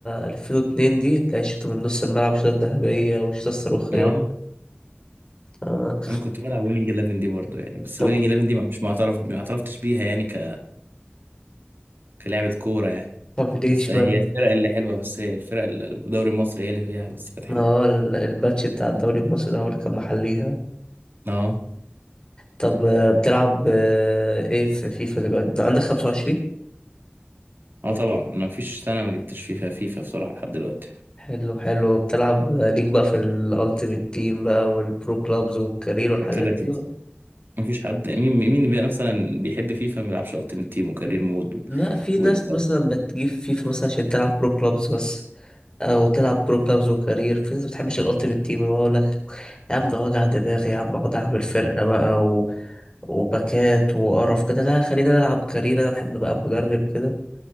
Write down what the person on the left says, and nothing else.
2002 دي اللي هي الشوطة من نص الملعب الشوطة الذهبية والشوطة الصاروخية
والحاجات- آه.
طب
طب ليش
مان
ما
هو ال- الباتش بتاع الدوري المصري ده هو اللي كان محليها
طب آه، بتلعب آه، ايه في فيفا دلوقتي عندك 25
حلو حلو بتلعب ليك بقى في الالتيميت تيم بقى والبرو كلابز والكارير والحاجات
دي
لا في
ناس مثلا بتجيب فيفا مثلا عشان تلعب برو كلابز بس او تلعب برو كلابز وكارير في ناس بتحبش الالتيميت تيم هو يقول لك يا عم ده وجع دماغي يا عم اقعد اعمل فرقه بقى و... وباكات وقرف كده لا خلينا نلعب كارير انا بحب ابقى مدرب كده